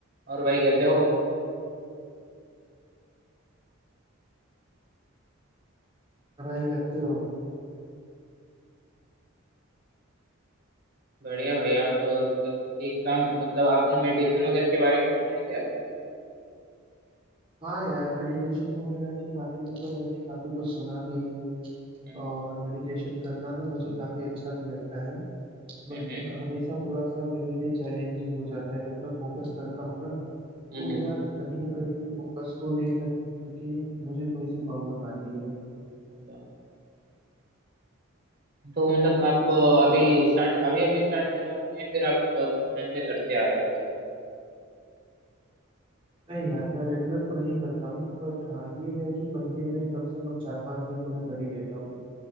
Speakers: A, on the right; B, on the right.
A: और भाई कैसे हो
B: भाई कैसे हो
A: बढ़िया भाई आप अ, एक, एक काम मतलब आपने मेडिटेशन वगैरह के बारे में सुना है क्या
B: हाँ यार मेडिटेशन वगैरह के बारे में तो मैंने काफी कुछ सुना भी है
A: हम्म
B: और मेडिटेशन करना ना मुझे काफी अच्छा भी लगता है बट
A: हम्म
B: हमेशा थोड़ा सा मेरे लिए चैलेंजिंग हो जाता है जब मैं फोकस करता हूँ ना
A: हम्म
B: तो
A: हम्म,
B: यार कहीं ना कहीं फोकस को लेकर के मुझे थोड़ी सी प्रॉब्लम आती है
A: अच्छा तो मतलब आपको अभी स्टार्ट अभी अभी स्टार्ट किया है आपने या फिर आप अ, कुछ टाइम से करते आ रहे हो ये सब
B: नहीं यार मैं रेगुलर तो नहीं करता हूँ बट हाँ ये है कि महीने में कम से कम चार पांच दिन तो मैं कर ही लेता हूँ